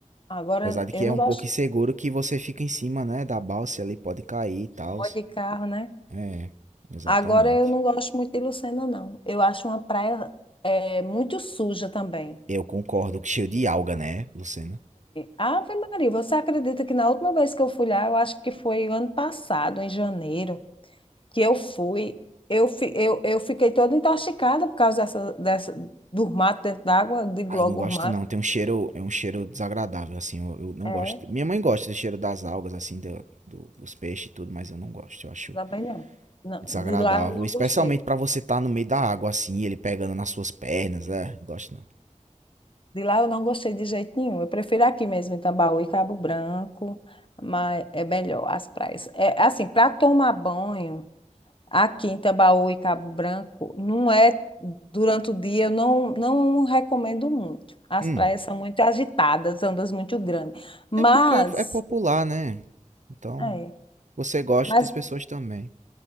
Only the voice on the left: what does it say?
Agora,
eu
não
gosto
muito de carro, né?
Agora, eu não gosto muito de Lucena, não. Eu acho uma praia é, muito suja também.
Ave Maria, você acredita que na última vez que eu fui lá, eu acho que foi o ano passado, em janeiro, que eu fui, eu, fi- eu, eu fiquei toda intoxicada por causa dessa, dessa, do mato dentro d'água, de
logo
mato.
É,
de
lá bem não. Não,
De lá eu não
gostei.
De lá eu não gostei de jeito nenhum. Eu prefiro aqui mesmo, em Tambaú e Cabo Branco, mas é melhor as praias. É assim, para tomar banho. aqui em Tambaú e Cabo Branco, não é durante o dia, eu não, não recomendo muito. As
praias são muito agitadas, ondas muito grandes. Mas,
é,
mas,